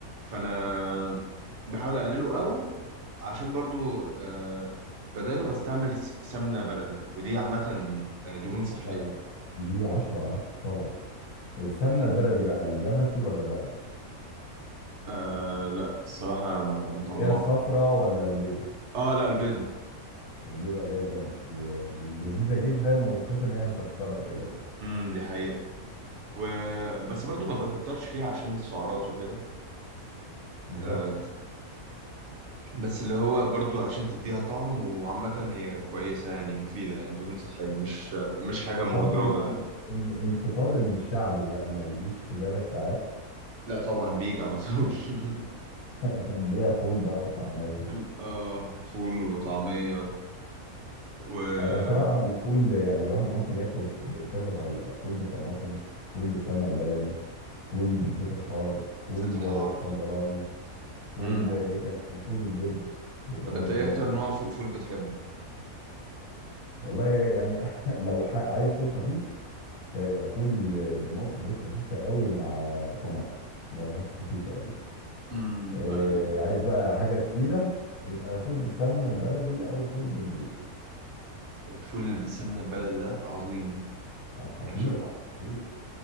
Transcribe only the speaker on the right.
فانا بحاول اقلله او عشان برضو آه، بداله بستعمل س- سمنه بلدي ودي عامه آه، دهون صحيه
آه لا الصراحه ما ما اتعمقت
اه لا البيضه
امم دي حقيقه و... بس برضو ما بكترش فيها عشان السعرات وكده
آه، بس اللي هو برضو عشان تديها طعم وعامة هي كويسة يعني مفيدة يعني دهون صحية مش مش حاجة مهدرجة
يعني
لا طبعا بيجي على طول <laughs>
مم. اه فول وطعمية والزيت
الحار
مم.
طب
انت ايه
اكتر
نوع فو- فول بتحبه؟
مم.
انا
الفول اللي بالسمنة البلدي ده عظيم
عشان